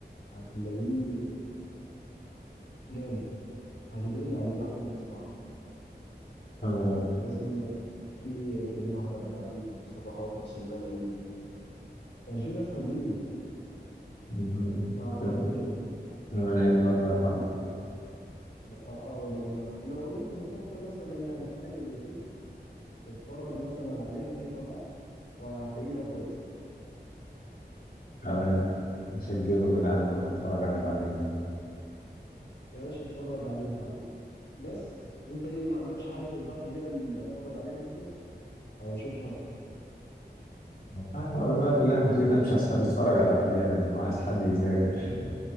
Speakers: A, on the left; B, on the left.
A: هتلاقيه جامد هتدعي لي عليه بعد ما تسمعه
B: تمام
A: اسمه في كريم محمود عبد العزيز ومصطفى خاطر وسليمان عيد يعني في ناس حلوين يعني
B: مهم.
A: فهيعجبك
B: فيلم فيلم العيد الله
A: لو
B: يرحمه
A: أنت لا اه والله الله يرحمه لو انت بتفكر مثلا يعني في حاجه زي كده تتفرج مثلا عليها فيما بعد فهتلاقيه ده كويس
B: تمام مسجله كده عنده اتفرج عليه بعدين
A: يا باشا اتفرج عليه بعدين بس انت ايه ما عندكش حاجه تنصحني بيها اللي اتفرج عليها مثلا او اشوفها
B: والله هو الوقت اللي احنا فيه ده مش عايز حد يتفرج على افلام وعايز حد يذاكر